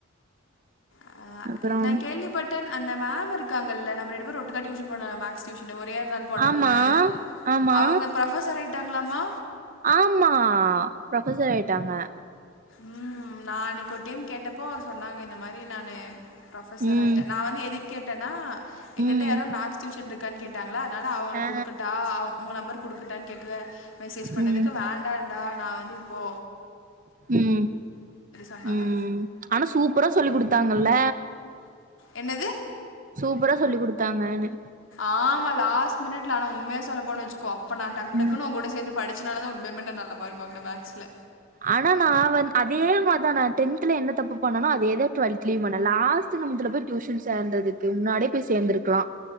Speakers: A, on the left; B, on the right.
A: அ
B: அப்புறம்
A: இ நா கேள்விப்பட்டன் அந்த மேம் இருக்காங்கல்ல நம்ம ரெண்டு பேரு ஒட்டு தா டியூஷன் போனல மேக்ஸ் டியூஷனு ஒரே ஒரு நாள் போனமில்ல
B: ஆமா ஆமா
A: அவுங்க ப்ரஃபசர் ஆயிட்டாங்ளாம்மா?
B: ஆம்மா ப்ரஃபசர் ஆயிட்டாங்க.
A: ம் நா அன்னிக்கு ஒரு டைம் கேட்டப்போ சொன்னாங்க இந்த மாரி நானு ப்ரொஃபசர்
B: ம்
A: ஆயிட்ட நா வந்து எதுக் கேட்டேன்னா எங்கிட்ட
B: ம்
A: யாரோ மேத்ஸ் டியூஷன்ரு க்கான் கேட்டாங்களா அதனால அவுங்கள
B: ஆ
A: குடுக்கட்டா அவ உங்க நெம்பர் குடுக்கட்டான் கேக்கத மெசேஜ் பண்ணதுக்கு
B: ம்
A: வேண்டான்டா நா வந்து இப்போ
B: ம்
A: சொன்னாங்க
B: ம் ஆனா சூப்பரா சொல்லி குடுத்தாங்கல்ல.
A: என்னது?
B: சூப்பரா சொல்லி குடுத்தாங்கனே.
A: ஆமா லாஸ் மினிட்ல ஆனா உண்மையா சொல்ல போணு வெச்சுக்கோ அப்ப நா டக்கு டக்குனு
B: ம்
A: உங் கூட சேந்து படிச்சனால தா உண்மையாமே நா நல்ல மார்க் வாங்னே மேக்ஸ்ல.
B: ஆனா நா வந் அதே மார்தா நா டென்த்ல என்ன தப்பு பண்ணனோ அ தேதா டுவெல்த்லியு பண்ணே லாஸ்ட் நிமித்துல போய் டியூசன் சேந்ததுக்கு முன்னாடியே போய் சேந்துருக்லா.